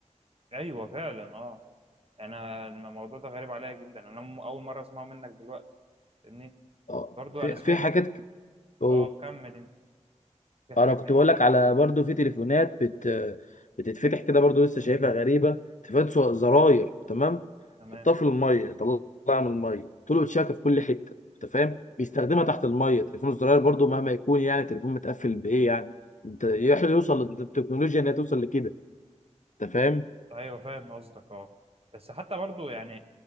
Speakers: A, on the right; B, on the left.
A: ايوه فعلا اه انا الموضوع ده غريب عليا جدا انا م- اول مره اسمعه منك دلوقتي فاهمني
B: اه
A: برضو
B: في
A: انا سمعت
B: في حاجات
A: ح-
B: اوه
A: اه كمل انت في حاجه
B: انا
A: تانية
B: كنت بقول لك على برضو في تليفونات بت بتتفتح كده برضو لسه شايفها غريبه تليفونات سو- زراير تمام
A: تمام
B: حطها في الميه طلعها من الميه طول شاكه في كل حته انت فاهم بيستخدمها تحت الميه تليفون الزراير برضو مهما يكون يعني تليفون متقفل بايه يعني انت يح- يوصل للتكنولوجيا انها توصل لكده انت فاهم
A: ايوه فاهم قصدك اه بس حتى برضو يعني